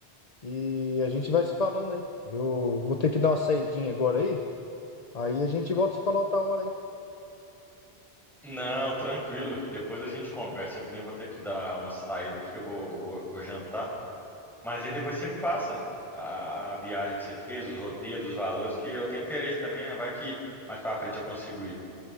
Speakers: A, on the left; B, in the centre.
A: E a gente vai se falando aí. Eu vou ter que dar uma saidinha agora aí. Aí a gente volta a se falar outra hora aí.
B: Não, tranquilo. Depois a gente conversa. Eu também vou ter que dar uma saída aqui. Eu vou, vou, vou jantar. Mas aí depois você me passa a, a viagem que você fez, os roteiros, os valores, que eu tenho interesse também, né? Vai que mais pra frente eu consigo ir.